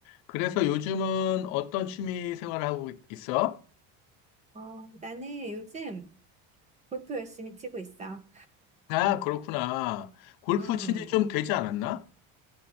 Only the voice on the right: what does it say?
어, 나는 요즘 골프 열심히 치고 있어.
음,